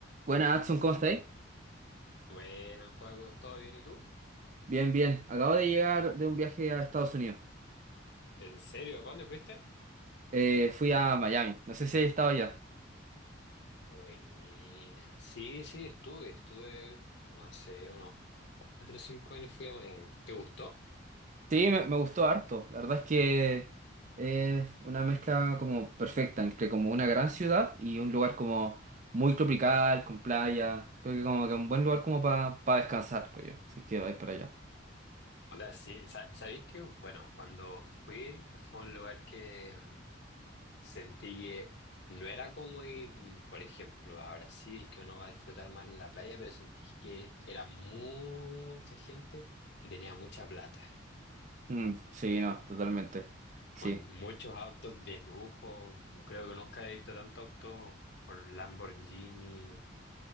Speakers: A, on the right; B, on the left.
A: Buenas, Adson, ¿cómo estáis?
B: Buenas, Juaco, ¿todo bien y tú?
A: Bien, bien. Acabo de llegar de un viaje a Estados Unidos.
B: ¿En serio? ¿Para dónde fuiste?
A: Eh, fui a Miami. No sé si he estado allá.
B: Buena. Sí, sí, estuve, estuve como hace unos 4 o 5 años fui a Miami. ¿Te gustó?
A: Sí, me, me gustó harto. La verdad es que es una mezcla como perfecta entre como una gran ciudad y un lugar como muy tropical, con playa. Creo que como que un buen lugar como para descansar, creo yo. Si es que vais para allá.
B: O sea, sí, sa- sabéis que, bueno, cuando fui fue un lugar que mm, sentí que no era como ir, mm, por ejemplo, a Brasil, que uno va a disfrutar más en la playa, pero sentí que era mucha gente que tenía mucha plata.
A: Mm, sí, no, totalmente. Sí.
B: con muchos autos de lujo. No Creo que nunca he visto tanto auto por Lamborghini,